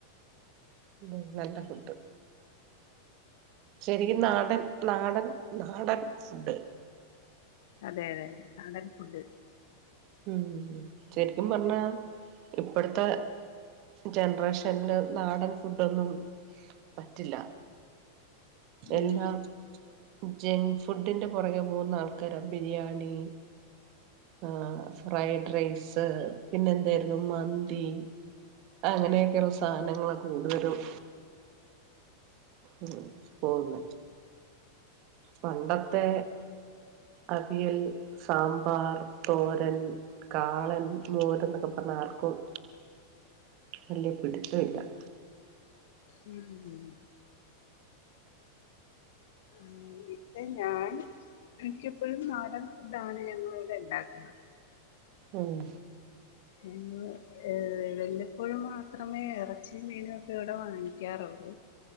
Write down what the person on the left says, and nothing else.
ഉം
അതെ അതെ അതെ നാടൻ ഫുഡ്
ഉം
ഉം ഉം ഉം ഇവിടെ ഞാൻ എനിക്കപ്പോഴും നാടൻ ഫുഡ് ആണ് ഞങ്ങള ഇവിടെ ഉണ്ടാക്കുന്നത്.
പിന്നെ ഏർ വല്ലപ്പോഴും മാത്രമേ ഇറച്ചിയ മീനും ഒക്കെ ഇവിടെ വാങ്ങിക്കാറുള്ളൂ.